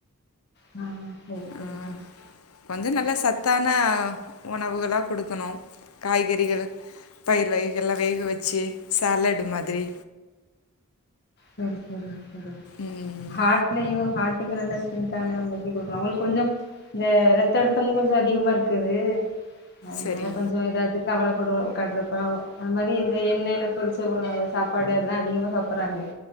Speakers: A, on the left; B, on the left.
A: ஆ சரி
B: ஆ
A: சரி சரி
B: கொஞ்சோ நல்ல சத்தான உணவுகளா குடுக்கணு காய்கறிகள் பயிர் வகைகள்லா வேக வச்சு சாலடு மாதிரி
A: சரி சரி சரி
B: ம்
A: ஹாட்லயு ஹாட் க்கு நல்லா ஸ்ட்ரென்த்தான மெல்லி குடுக்குணு அவங்களுக்கு கொஞ்சோ இந்த ரத்த அழுத்தமு கொஞ்சோ அதிகமா இருக்குது அதனால
B: சரி
A: கொஞ்சோ ஏதாது கவலைப்படுவா உகாகான்டுறப்பாவ் அது மாரி இந்த எண்ணெயில பொரிச்ச உணவு சாப்பாடு அதெல்லா அதிகமா சாப்புடுறாங்களே